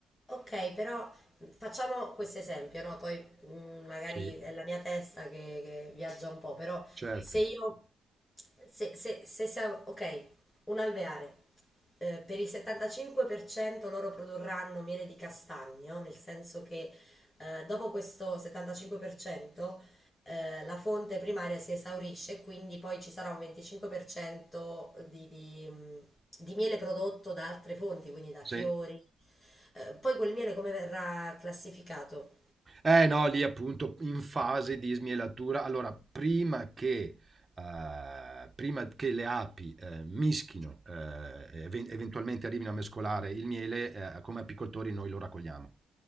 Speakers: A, on the left; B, on the right.
A: Ok, però facciamo questo esempio, no? Poi mm, magari
B: Sì,
A: è la mia testa che, che viaggia un po', però
B: certo.
A: se io se, se, se siamo, ok, un alveare, eh, per il 75% loro produrranno miele di castagno, nel senso che eh, dopo questo 75% eh, la fonte primaria si esaurisce, quindi poi ci sarà un 25% di, di, mh, di miele prodotto da altre fonti, quindi da
B: Sì.
A: fiori. Eh, poi quel miele come verrà classificato?
B: Eh no, lì appunto in fase di smielatura. Allora, prima che, eh, prima che le api eh, mischino, eh, even- eventualmente arrivino a mescolare il miele, eh, come apicoltori noi lo raccogliamo.